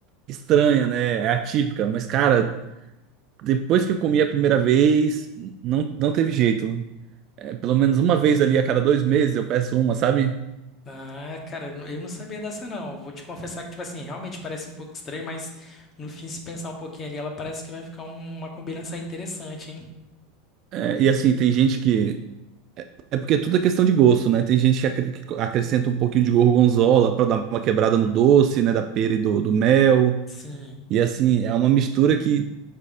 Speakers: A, on the right (about 35°); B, on the left (about 20°).
A: estranha, né? É atípica, mas cara, depois que eu comi a primeira vez, não, não teve jeito. É, pelo menos uma vez ali a cada dois meses eu peço uma, sabe?
B: Ah, cara, eu não, eu não sabia dessa não. Vou te confessar que, tipo assim, realmente parece um pouco estranho, mas no fim, se pensar um pouquinho ali, ela parece que vai ficar um- uma combinação interessante, hein?
A: É, e assim, tem gente que. É porque tudo é questão de gosto, né? Tem gente que acre- que acrescenta um pouquinho de gorgonzola pra dar uma quebrada no doce, né? Da pera e do, do mel.
B: Sim.
A: E assim, é uma mistura que